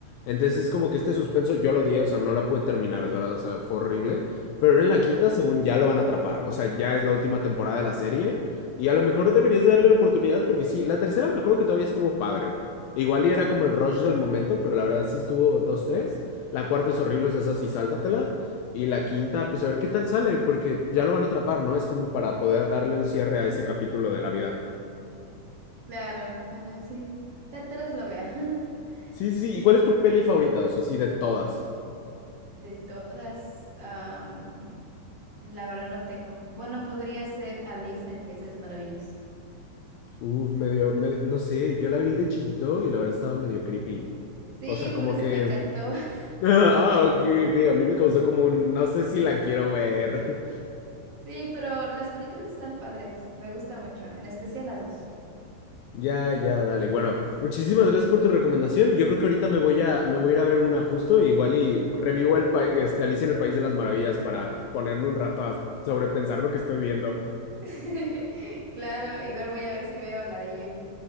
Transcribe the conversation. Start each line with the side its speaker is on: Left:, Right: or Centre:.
Left: Entonces es como que este suspenso yo lo odié, o sea, no la pude terminar, de verdad, o sea, fue horrible. Pero en la quinta, según ya lo van a atrapar, o sea, ya es la última temporada de la serie y a lo mejor deberías darle la oportunidad porque sí, la tercera me acuerdo que todavía estuvo padre. Igual y era como el rush del momento, pero la verdad sí estuvo dos tres La cuarta es horrible, o sea, esa sí, sáltatela. Y la quinta, pues a ver qué tal sale, porque ya lo van a atrapar, ¿no? Es como para poder darle un cierre a ese capítulo de la vida.
Right: Claro, bueno, sí, ta- tal vez lo vea. <laughs>
Left: Sí, sí, sí. ¿Y cuál es tu peli favorita? O sea, sí, de todas.
Right: De todas, am, la verdad no tengo. Bueno, podría ser Alice en el País de las Maravillas.
Left: Uf, medio, me- no sé, yo la vi de chiquito y la verdad estaba medio creepy.
Right: Sí,
Left: O sea, como
Right: por eso
Left: que...
Right: me encantó.
Left: <laughs>
Right: <laughs>
Left: Ah, ok, ok, a mí me causó como un... No sé si la quiero ver.
Right: Sí, pero las películas están padres. Me gusta mucho, en especial las dos.
Left: Ya, ya, dale. Bueno, muchísimas gracias por tu recomendación. y Yo creo que ahorita me voy a, me voy a ir a ver una justo, igual y revivo el pa- este, Alicia en el País de las Maravillas para ponerme un rato a sobrepensar lo que estoy viendo.
Right: <laughs> Claro, igual voy a ver si veo la de You.